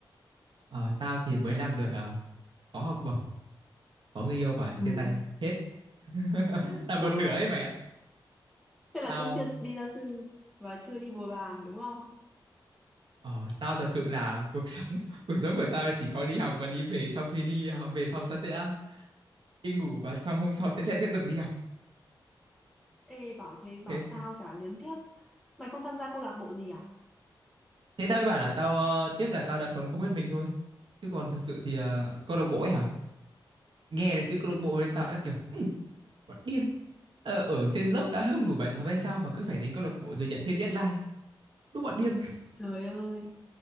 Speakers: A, on the right; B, in the centre.
A: Ờ tao thì mới làm được ờ, có học bổng, có người yêu và
B: Ừ.
A: chia tay hết. <laughs> Là
B: Ờ,
A: một nửa ấy mày ạ.
B: thế
A: Tao
B: là cũng chưa đi gia sư và chưa đi bồi bàn đúng không?
A: Ờ, tao thật sự là cuộc sống <laughs> cuộc sống của tao là chỉ có đi học và đi về sau khi đi học về xong tao sẽ đi ngủ và xong hôm sau sẽ <laughs> lại tiếp tục đi học
B: Ê bảo thế bảo
A: thế
B: sao chả luyến tiếc Mày không tham gia câu lạc bộ gì à
A: thế tao mới bảo là tao ờ, tiếc là tao đã sống không biết mình thôi chứ còn thật sự thì ờ, câu lạc bộ ấy à nghe đến chữ câu lạc bộ thì tao đã kiểu bọn điên ờ, ở trên lớp đã không đủ bài tập hay sao mà cứ phải đến câu lạc bộ rồi nhận thêm deadline đúng bọn điên
B: Trời ơi